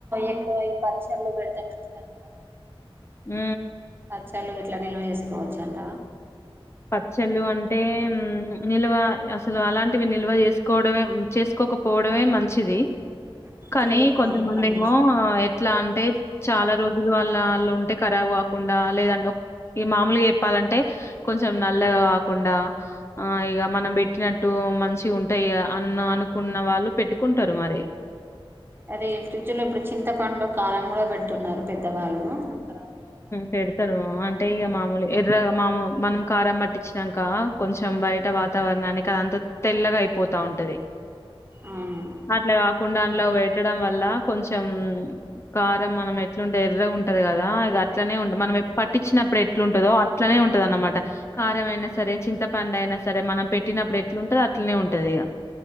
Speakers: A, on the right (about 25°); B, on the left (about 30°).
A: ఎక్కువ ఈ పచ్చర్లు పెడితే మంచిది అంటావా
B: హ
A: పచ్చలు ఇట్లా నిల్వ చేసుకోవచ్చు చందవా
B: పచ్చళ్ళు అంటే నిల్వ అసలు అలాంటివి నిల్వ చేసుకోవడమే చేసుకోకపోవడమే మంచిది
A: ఫ్రిడ్జ్
B: కానీ
A: లో పెట్టుకోవడం
B: కొంతమంది
A: కన్నా
B: ఏమో ఎట్లా అంటే చాలా రోజులు వాల్ల ఉంటే ఖరాబ్ కాకుండా లేదంటే ఈ మామూలుగా చెప్పాలంటే కొంచెం నల్లగా కాకుండా ఆ ఇక మనం పెట్టినట్టు మంచి ఉంటాయి అన్న అనుకున్న వాళ్ళు పెట్టుకుంటారు మరి
A: అదే ఫ్రిడ్జ్ లో ఇప్పుడు చింతపండులు కారం కూడా పెడుతున్నారు పెద్దవాళ్ళు ఖరాబ్ అయితది
B: పెడతారు అంటే ఇక
A: ఫ్రిడ్జ్
B: మామూలు
A: లోనే పెడతారు.
B: ఎర్ర మామూలు మనం కారం పట్టించాక కొంచెం బయట వాతావరణానికి అదంతా తెల్లగా అయిపోతా ఉంటది
A: అవును
B: అట్లే తకుడాలో పెట్టడం వల్ల కొంచెం కారం మనం ఎట్లుంటే ఎర్రగా ఉంటది కదా ద ఇక అట్నే ఉంటుంది మనం పట్టించినప్పుడు ఎట్లుంటదో అట్లనే ఉంటద అన్నమాట కారంమయినా సరే చింత పండు అయినా సరే మనం పెట్టినప్పుడు ఎట్లుంటదో అట్లనే ఉంటది ఇక